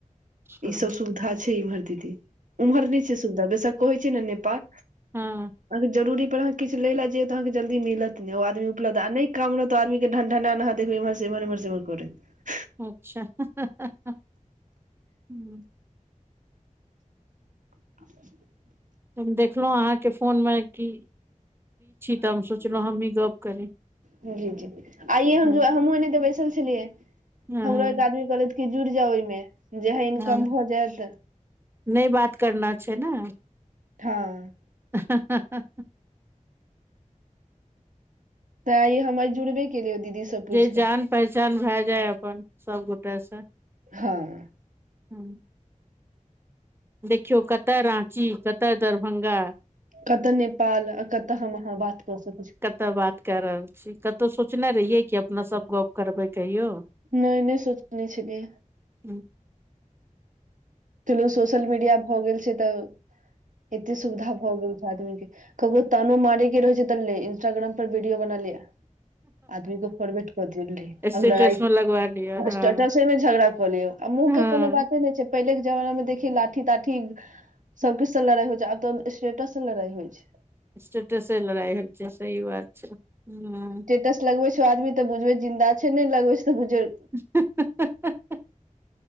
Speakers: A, on the right; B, on the right.
A: हँ
B: ई सब सुविधा छै इम्हर दीदी। उम्हर नहि छै सुविधा बेसक कहइ छै ने नेपाल।
A: हँ
B: अहाँ जरुरी परह किछ लए ले जाय त अहाँके जल्दी मिलत नै ओ उपलब्ध आ नहि काम रहत त आदमी के ढंढनैत अहाँ देखबै एम्हर एम्हर एम्हर सेवन करैत।
A: अच्छा ह ह ह ह ह।
B: <unintelligible>
A: हम देखलहुँ अहाँके फोनमे की। त हम सोचलहुं हमही गप करी।
B: जी जी आइए हम
A: हँ
B: जू हमहूँ एनैते बैसल छलियै।
A: हँ
B: हमरो एक आदमी कहलथि कि जुड़ि जाउ एहिमे जेहे इनकम
A: हँ
B: भऽ जैत।
A: नहि बात करना छै ने।
B: हँ।
A: हा हा हा <unintelligible>
B: त आइ हम आइ जुड़बे केलियै ओ दीदी स
A: जे
B: पूछि
A: जान
B: कऽ।
A: पहचान भए जाय अपन सब गोटे से।
B: हँ।
A: हँ। देखियौ कतअ राँची कतअ दरभंगा।
B: कतऽ नेपाल कतऽ हम अहाँ बात क सकैत छी।
A: त बात क रहल छी कतहु सोचने रहियै जे अपना सब गप करबै कहियो।
B: नहि नहि सोचने छलियै।
A: हू।
B: चलू सोशल मीडिया भ गेल छै त एते सुविधा भ गेल। आदमी के ककरो तानो मारे के रहे छै त ले इंस्टाग्राम पर वीडियो बना ले। आदमी के फरबेट क देली
A: स्टेटस
B: अब लगाइ
A: मे लगवा लिअ हँ
B: स्टेटसे में झगड़ा कऽ लिय आ मुँह
A: हँ
B: के कोनो बाते नहि छै पहिले जमाना मे देखिये लाठी -ताठी सब किछ से लड़ाई होय छै आब तऽ स्टेटस से लड़ाई होय छै।
A: स्टेटस से लड़ाय होय छै सही बात छै हूँ।
B: टस लगबै छैय आदमी त बुझबै जिन्दा छै नैय लगबे छै बुझ।
A: हे हे हे